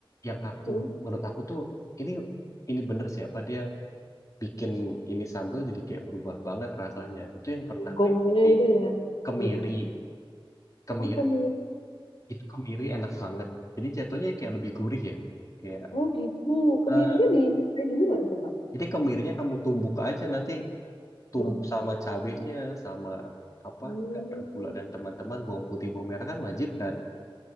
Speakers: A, on the left; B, on the left.
A: yang aku
B: heeh.
A: menurut aku tuh ini ini bener siapa dia yang bikin ini sambal jadi kayak berubah banget rasanya. Itu yang pertama
B: Gongnya
A: itu sih
B: itu ya.
A: kemiri,
B: Heeh.
A: kemiri
B: Oh pemilik.
A: itu kemiri enak banget. Jadi jatuhnya kayak lebih gurih ya. Kayak
B: Oh gitu, kemirinya
A: eh,
B: di saya dulu nggak itu Kak?
A: jadi kemirinya kamu tumbuk aja nanti tumbuk
B: Heeh.
A: sama cabenya sama apa
B: Hmm.
A: garam gula dan teman-teman bawang putih bawang merah kan wajib kan